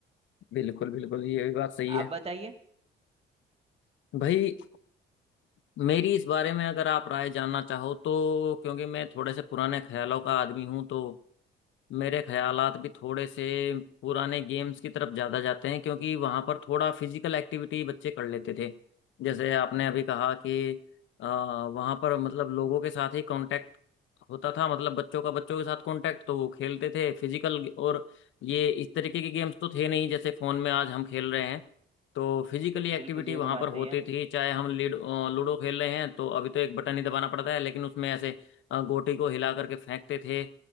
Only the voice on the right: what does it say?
आप
बताइए
बिल्कुल ये
तो बात
सही
है